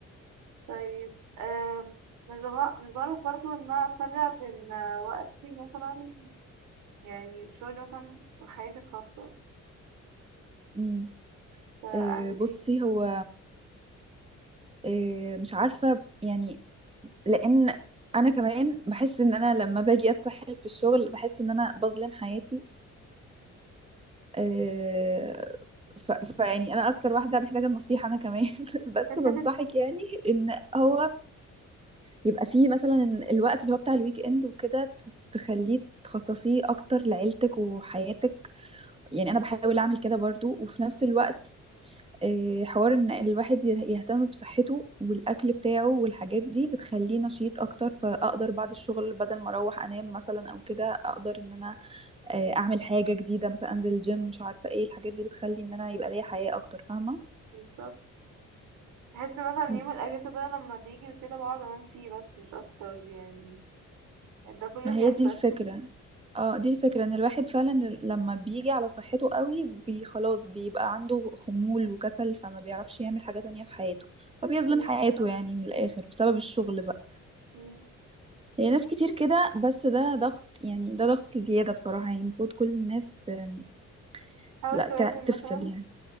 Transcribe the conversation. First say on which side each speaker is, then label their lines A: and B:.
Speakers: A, on the right (about 90°); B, on the right (about 20°).
A: طيب آم، مش بع- مش بعرف برضو ان انا افرق بين آه، وقتي مثلا يعني شغلي مثلا وحياتي الخاصة
B: امم
A: فاعمل
B: إيه، بصي
A: ايه
B: هو إيه، مش عارفه يعني لان انا كمان بحس ان انا لما باجي اتسحل في الشغل بحس ان انا بظلم حياتي آه، ف... فيعني انا اكتر واحده محتاجه النصيحه انا كمان <laughs> بس
A: <laughs>
B: بنصحك يعني ان هو يبقى فيه مثلا الوقت اللي هو بتاع الويك اند وكده تس- تخليه تخصصيه اكتر لعيلتك وحياتك يعني انا بحاول اعمل كده برضو وفي نفس الوقت آه، حوار ان الواحد يه- يهتم بصحته والاكل بتاعه والحاجات دي بتخليه نشيط اكتر فاقدر بعد الشغل بدل ما اروح انام مثلا او كده اقدر ان انا آه، اعمل حاجه جديده مثلا انزل الجيم مش عارفه ايه الحاجات دي بتخلي ان انا يبقى ليا حياه اكتر فاهمه
A: بالظبط بحس مثلا
B: م-
A: يوم الاجازة ده لما بيجي وكده بقعد انام فيه بس مش اكتر يعني ده كل
B: ما
A: اللي بيحصل
B: هي دي الفكره
A: <laughs>
B: اه دي الفكره ان الواحد فعلا لما بيجي على صحته قوي بي خلاص بيبقى عنده خمول وكسل فما بيعرفش يعمل حاجه تانية في حياته فبيظلم
A: ايوه
B: حياته
A: بالظبط
B: يعني من الاخر بسبب الشغل بقى
A: مم.
B: هي ناس كتير كده بس ده ضغط يعني ده ضغط زياده بصراحه يعني المفروض كل الناس ت-
A: حاول
B: لا
A: توازن
B: ت- تفصل
A: مثلا
B: يعني